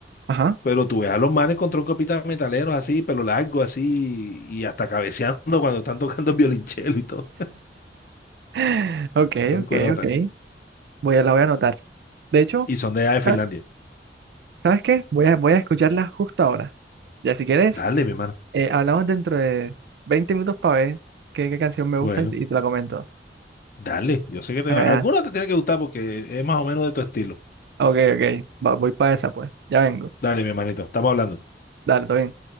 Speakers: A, on the right; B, on the left.
A: Ajá.
B: Pero tú ves a los manes con un capitán metalero así, pelo largo así, y hasta cabeceando cuando están tocando <laughs> violonchelo y todo.
A: <laughs> Ok,
B: Son
A: ok,
B: cuenotas.
A: ok. Voy a, la voy a anotar. De hecho,
B: Y son de allá de Finlandia.
A: ¿sabe- ¿sabes qué? Voy a, voy a escucharla justo ahora. Ya si quieres,
B: Dale, mi hermano.
A: eh, hablamos dentro de 20 minutos para ver qué, qué canción me gusta
B: Bueno,
A: y, te y te la comento.
B: dale. Yo sé que te,
A: Bueno,
B: alguna
A: ya.
B: te tiene que gustar porque es más o menos de tu estilo.
A: Ok, ok. Va- voy para esa, pues. Ya vengo.
B: Dale, mi hermanito. Estamos hablando.
A: Dale, todo bien.